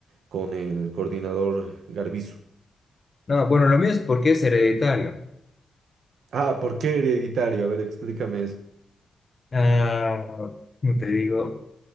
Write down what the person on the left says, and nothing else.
No, bueno, lo mío es porque es hereditario.
Ah, ¿cómo te digo,